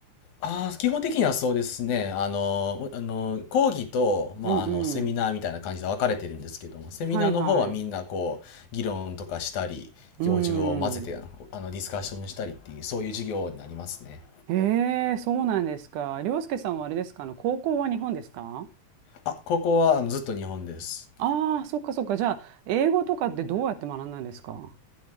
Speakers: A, on the left; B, on the right.
A: ああ、基本的にはそうですね。あの、あの、講義と、まあ、
B: うんうん。
A: あの、セミナーみたいな感じで分かれてるんですけども、セミナーの方はみんなこう、
B: はいはい。
A: 議論とかしたり、
B: うん。
A: 教授を混ぜて、あの、ディスカッションしたりっていう、そういう授業になりますね。
B: へえ、そうなんですか。りょうすけさんはあれですか、あの、高校は日本ですか
A: あ、高校はあのずっと日本です。
B: ああー、そっかそっか。じゃあ、英語とかってどうやって学んだんですか